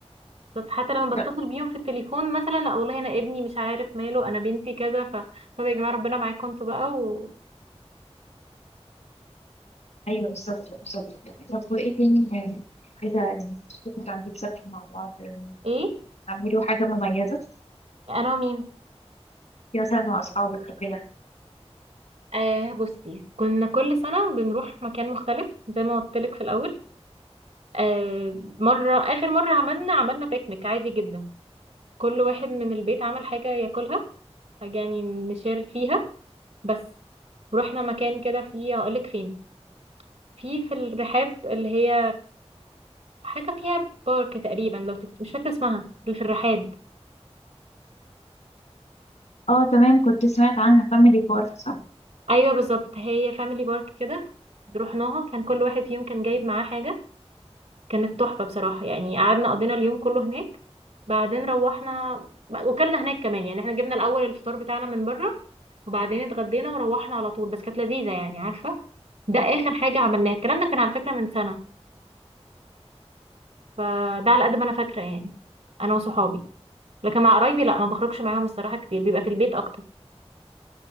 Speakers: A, on the right; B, on the left.
A: بالظبط حتى لما
B: لا،
A: بتصل بيهم في التليفون مثلا لا والله انا ابني مش عارف ماله انا بنتي كذا ف طب يا جماعه ربنا معاكم انتوا بقى و...
B: ايوه بالظبط بالظبط طب وايه تاني يعني عايزه يعني تشوفوا تعملوا سفر مع بعض يعني
A: ايه
B: تعملوا حاجه مميزه
A: انا ومين
B: في مثلا مع اصحابك وكده
A: آه بصي كنا كل سنه بنروح مكان مختلف زي ما قلت لك في الاول آه مرة آخر مرة عملنا عملنا بيكنيك عادي جدا كل واحد من البيت عمل حاجة ياكلها حاجة يعني نشير فيها بس رحنا مكان كده فيه هقولك فين في في الرحاب اللي هي حاجة فيها بارك تقريبا لو تفت... مش فاكرة اسمها اللي في الرحاب
B: اه تمام كنت سمعت عنها فاميلي بارك صح
A: أيوة بالظبط هي فاميلي بارك كده رحناها كان كل واحد فيهم كان جايب معاه حاجة كانت تحفة بصراحة يعني قعدنا قضينا اليوم كله هناك بعدين روحنا وكلنا هناك كمان يعني احنا جبنا الأول الفطار بتاعنا من بره وبعدين اتغدينا وروحنا على طول بس كانت لذيذة يعني عارفة ده آخر حاجة عملناها الكلام ده كان على فكرة من سنة فده على قد ما أنا فاكرة يعني أنا وصحابي لكن مع قرايبي لا ما بخرجش معاهم الصراحة كتير بيبقى في البيت أكتر